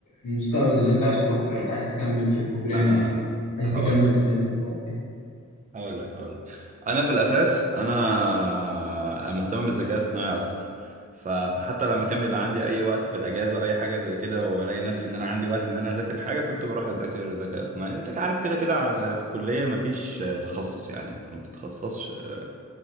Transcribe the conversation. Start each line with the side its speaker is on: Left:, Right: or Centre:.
Left: المستقبل اللي انت عايز تروح له يعني انت عايز تكمل في بروجرامنج
Right: انا
Left: عايز
Right: هقول
Left: تكمل
Right: لك
Left: في النتورك ولا ايه
Right: هقول لك هقول لك انا في الاساس انا مهتم بالذكاء الصناعي اكتر ف... فحتى لما كان بيبقى عندي اي وقت في الاجازه او اي حاجه زي كده والاقي نفسي ان انا عندي وقت ان انا اذاكر حاجه كنت بروح اذاكر ذكاء صناعي انت عارف كده كده ع- في الكليه مفيش اه، تخصص يعني انت ما بتتخصصش اه،